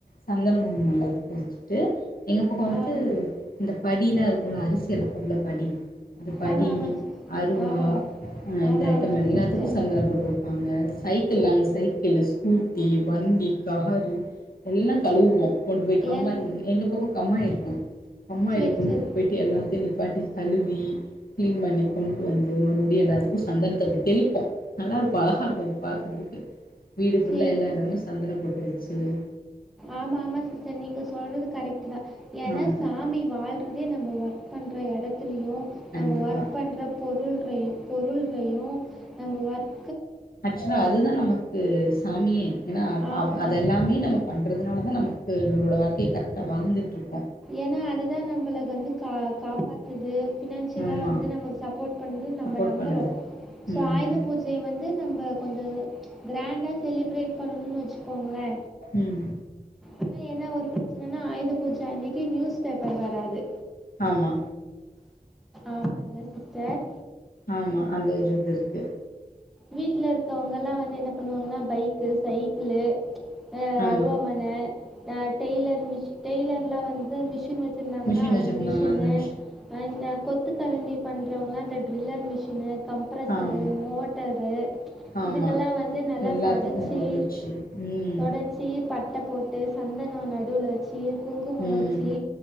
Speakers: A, on the left; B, in the centre.
A: சந்தன குங்கும எல்லா வெச்சுட்டு எங்க பக்கோ வந்துட்டு
B: ஆம்
A: இந்த படிலா இருக்கோல்ல அரிசியலப்போ இல்ல படி அது படி
B: ஆமா ஆமா சிஸ்
A: அறுவா
B: ஆமா
A: ஆ இந்த
B: ஆமா
A: ஐட்டம்
B: ஆமா
A: எல்லாத்துக்கு
B: சிஸ்டர்
A: சந்தன பொட்டு வப்பாங்க சைக்கிள் நாங்க சைக் இல்ல ஸ்கூட்டி வண்டி காரு எல்லா கழுவுவோ கொண்டு போய் கம்மாய்
B: ஏன்
A: எங்க பக்கம் கம்மாய் இருக் க்கு கம்மாயில
B: சரி
A: கொண்டு
B: சரி
A: போய்ட்டு எல்லாத்யு நிப்பாட்டி கழுவி கிளீன் பண்ணி கொண்டு வந்து மறுபடியு எல்லாத்துக்கு சந்தனத்த அப்டி தெளிப்போ நல்லா இருக்கு அழகா இருக்கு அது பாக்கறதுக்கு வீடு ஃபுல்ல
B: சரி
A: எல்லா எடமு சந்தன பொட்டு வச் ஹ்ம்
B: ஆமா ஆமா சிஸ்டர் நீங்க சொல்றது கரெக்ட்டுதா ஏன்னா
A: ஆமா
B: சாமி வாழ்றதே நம்ம ஒர்க் பண்ற எடத் த்துயூ
A: கண்டிப்பா
B: நம்ம ஒர்க் பண்ற பொருள் ரையு பொருள் ரையு நம்ம வொர்க்
A: அச்சுதா அதுதா நமக்கு சாமியே ஏன்னா அவ்
B: ஆமா.
A: அவ் அதெல்லாமே நம்ம பண் இருகறனாலதா நமக்கு நம்ளோட வாழ்க்கைய கரெக்டா வாழ்ந்துட்டு இருக்கோ
B: ஏன்னா அதுதா நம்மள வந்து கா காப்பாத்துது ஃபினான்ஷியலா
A: ஆமா
B: வந்து நமக்கு சப்போட் பண்ணுது நம்ம
A: சப்போர்ட்
B: நம்பறோ
A: பண்ணுது
B: ஸோ
A: ம்
B: ஆயுத பூஜைய வந்து நம்ம கொஞ்சோ கிரேண்டா செலிப்ரேட் பண்ணுனு வச்சுக்கோங்களே
A: ஹ்ம்
B: ஆனா என்ன ஒரு பிரச்சனனா ஆயுத பூஜ அன்னைக் க்கி நியூஸ் பேப்பர் வராது
A: ஆமா
B: ஆமால சிஸ்டர்
A: ஆமா அந்த ஒரு இது இருக்கு
B: வீட்ல இருக்கவங்க எல்லா வந்து என்ன பண்ணுவாங்கன்னா பைக்கு சைக்கிளு ஆஹ்
A: ஆமா
B: அருவாமன ஆ டெய்லர்மிஸ் டெயலர் எல்லா வந்து மிஷின் வச்சுருந்தாங்கன்னா
A: மிஷின்
B: அந்த
A: வச்சிருந்தாங்களா
B: மிஷினு
A: அந்த
B: இந்த கொத் த்கரண்டி பண் இக்கவங்கல்லா இந்த ட்ரில்லர் மிஷினு கம்ப்ரசர்ரு
A: ஆமா
B: மோட் ட்டரு
A: ஆமா
B: இதுக்கெல்லா வந்து நல்லா
A: எல்லாத்துக்கும்
B: தொடச்சு
A: போட்டு வச்சு ம்
B: தொடச்சு பட்ட போட்டு சந்த அ நடுவுல வெச்சு குங்குமோ
A: ம்
B: வெச்சு